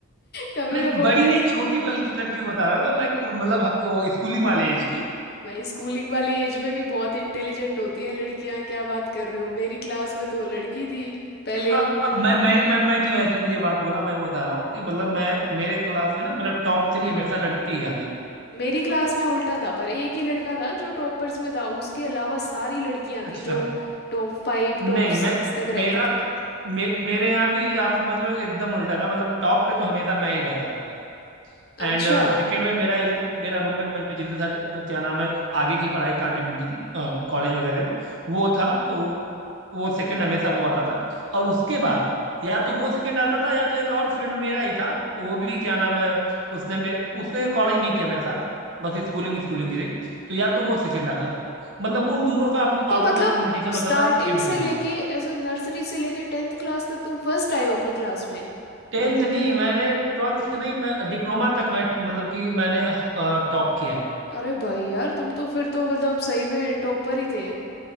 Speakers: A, on the left (about 50°); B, on the right (about 65°).
A: कभी
B: नहीं
A: मैं बोल
B: बड़ी
A: रही
B: नहीं
A: हूँ
B: छोटी बल्कि लड़कियों को बता रहा हूँ मतलब लाइक मतलब वो स्कूलिंग वाले एज की
A: भाई स्कूलिंग वाली एज में भी बहुत इंटेलिजेंट होती हैं लड़कियां क्या बात कर रहे हो मेरी क्लास में तो लड़की थी पहले
B: अ- अ- मैं मैं मैं मैं क्यों ऐसी ये बात बोला मैं वो बता रहा हूँ कि मतलब
A: हम्म,
B: मैं मेरे क्लास में ना मतलब टॉप थ्री हमेशा लड़के ही आते थे
A: मेरी क्लास में उल्टा था पर एक ही लड़का था जो टॉपर्स में था उसके अलावा सारी लड़कियां
B: अच्छा
A: थी जो टॉप फाइव
B: नहीं
A: टॉप
B: मैं
A: सिक्स तक
B: मेरा
A: रहती थी
B: मे, मेरे यहाँ भी आप समझ लो एकदम उल्टा था मतलब टॉप पे तो हमेशा मैं ही रहता था देखो एंड
A: अच्छा
B: सेकेंड में मेरा ही रूम मेरा रूममेट मैंने जिसके साथ तो क्या नाम है आगे की पढ़ाई कंटिन्यू की थी कॉलेज वगैरह भी वो था तो वो सेकंड हमेशा वो आता था और उसके बाद या तो वो सेकंड आता था या तो एक और फ्रेंड मेरा ही था वो भी क्या नाम है उसने में उसने कॉलेज नहीं किया मेरे साथ बस स्कूलिंग स्कूलिंग की थी तो या तो वो सेकंड आता था मतलब उन दोनों का अपन- आपस
A: तो मतलब
B: में कंपटीशन
A: स्टार्टिंग
B: होता था सेकंड
A: से
B: के
A: लेके
B: लिए
A: ऐसे नर्सरी से लेके टेंथ क्लास तक तुम फर्स्ट आए हो अपनी क्लास में
B: टेंथ नहीं मैंने ट्वेल्थ नहीं मैं डिप्लोमा तक मैं मतलब कि मैंने टॉप किया है
A: अरे भाई यार तुम तो फिर तो मतलब सही में टॉपर ही थे